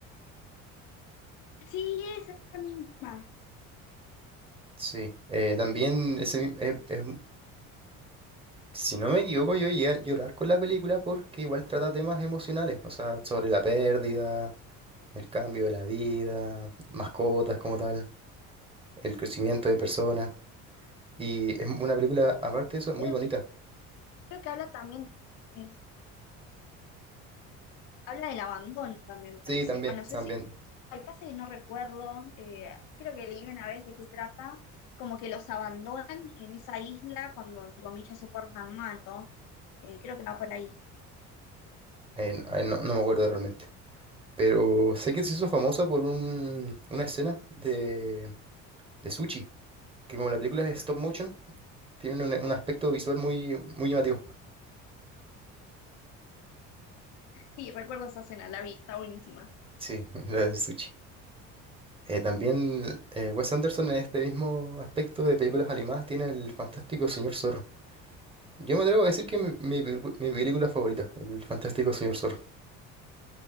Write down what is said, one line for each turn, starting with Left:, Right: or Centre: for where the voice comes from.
Left: Sí, es la misma,
Right: Sí. Eh, también ese, mi- es, es Si no me equivoco, yo llegué a llorar con la película porque igual trata temas emocionales, o sea, sobre la pérdida, el cambio de la vida, mascotas como tal, el crecimiento de personas. Y es una película, aparte de eso, muy
Left: creo,
Right: bonita.
Left: creo que habla también, eh, habla del abandono también me
Right: Sí,
Left: parece.
Right: también,
Left: Bueno, no sé
Right: también.
Left: si, hay pasa que no recuerdo, eh, creo que leí una vez de qué trata, como que los abandonan en esa isla cuando entre comillas se portan mal, ¿no? Eh, creo que va por ahí.
Right: Eh, no, eh, no- no me acuerdo realmente. Pero sé que se hizo famosa por un- una escena de, de sushi, que como la película es stop motion, tiene un, un aspecto visual muy, muy llamativo.
Left: Sí, recuerdo esa escena, la vi, está buenísima.
Right: Sí, <laughs> la de sushi. Eh, también eh, Wes Anderson en este mismo aspecto de películas animadas tiene el fantástico Señor Zorro. Yo me atrevo a decir que mi, mi pelicu- mi película favorita, el fantástico Señor Zorro.